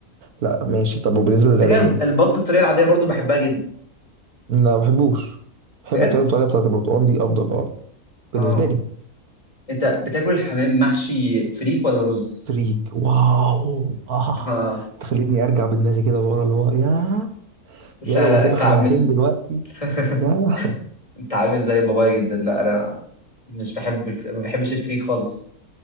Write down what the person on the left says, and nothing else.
على فكرة البط الطريقة العادية برضو بحبها جدا
بجد
آه
انت بتاكل الحمام محشي فريك ولا رز؟
اه
لا
لا
انت
عامل
<laughs>
انت عامل زي بابايا جدا لا انا مش بحب الف... ما بحبش الفريك خالص